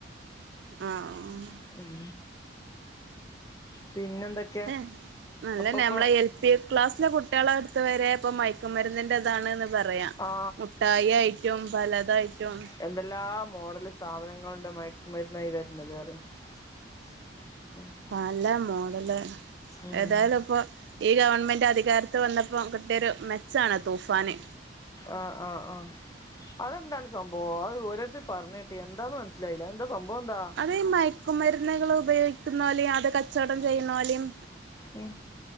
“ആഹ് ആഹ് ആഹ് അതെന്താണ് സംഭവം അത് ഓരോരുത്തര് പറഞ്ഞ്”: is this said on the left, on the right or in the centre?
Left